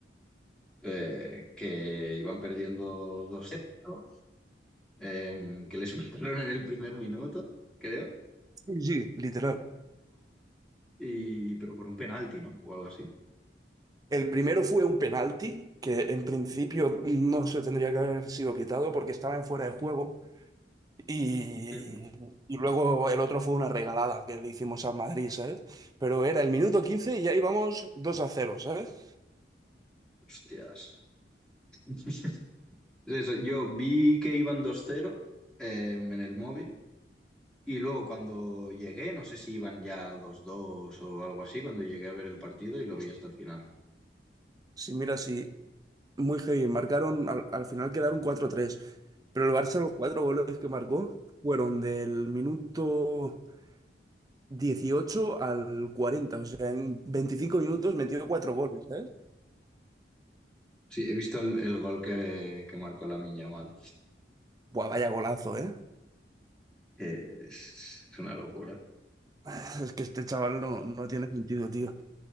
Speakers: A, in the centre; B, on the right.
A: Eh, que iban perdiendo dos cero eh, que les <laughs> mataron en el primer minuto, creo,
B: Sí, sí, literal.
A: y, pero por un penalti, ¿no? O algo así.
B: El primero fue un penalti que en principio no se tendría que haber sido pitado porque estaba en fuera de juego. Y,
A: Sí.
B: y luego el otro fue una regalada que le hicimos al Madrid, ¿sabes? Pero era el minuto 15 y ahí vamos 2 a cero, ¿sabes?
A: Hostias. <laughs> Eso, yo vi que iban dos cero eh, en el móvil Y luego cuando llegué, no sé si iban ya dos dos o algo así, cuando llegué a ver el partido y lo vi hasta el final.
B: Sí, mira, sí, muy heavy. Marcaron, al, al final quedaron cuatro tres pero el Barça los cuatro goles que marcó fueron del minuto 18 al cuarenta o sea, en 25 minutos metió cuatro goles, ¿sabes?
A: Sí, he visto el, el gol que, que marcó Lamine Yamal,
B: Buah, vaya golazo, ¿eh?
A: que es una locura.
B: <laughs> Es que este chaval no, no tiene sentido, tío.